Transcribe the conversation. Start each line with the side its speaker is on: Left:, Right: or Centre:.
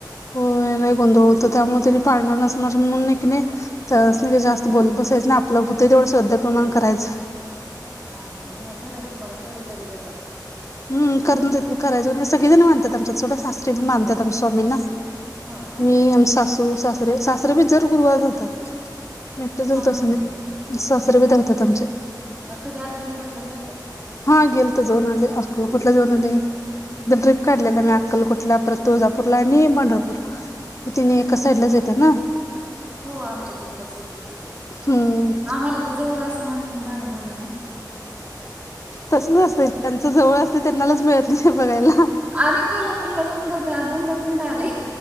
Left: होय
Right: हा.
Left: लय गोंधळ त्यामुळे ते पाणार नसणार म्हणी नाही कि त्यास नी जास्त बोलत बसायच नाही आपल्या हो तर तेवढं शोध्या प्रमाण करायचं.
Right: हा- हा नाही बरं ये तुम्हाला करू तरी देतात.
Left: हम् करून देतात करायचं सगळेजण मानतात आमच्या सोडा सासरे पण मानतात आमचे स्वामींना.
Right: हो का
Left: मी आमचे सासू- सासरे, सासरे बी दर गुरुवार धरतात. मी एकटेच धरते
Right: चांगलं
Left: असं
Right: आहे
Left: नाही,
Right: ना
Left: सासरे बी धरतात आमचे
Right: अ कधी अक्कलकोटला गेलतात का?
Left: हा गेलंत जाऊन आले अक्कलकोट ला जाऊन आले, एकदा ट्रीप
Right: हा
Left: काढलेला आम्ही आक्क अक्कलकोटला परत तुळजापूरला आणि पंढरपूर ला हे तिनी एकाच साईडलाच
Right: हो
Left: येते ना.
Right: हो आमच्या तिकडचं येतं ते,
Left: हम्म
Right: आम्हाला तर जवळ असून आणखीन जाणं झालं नाही.
Left: तसचं असतंय ज्यांच जवळ असते त्यांनाच मिळत नाही बघायला.
Right: आम्ही कोल्हापूरला दोनंदा अ दोदा- तिंनदा आलोय.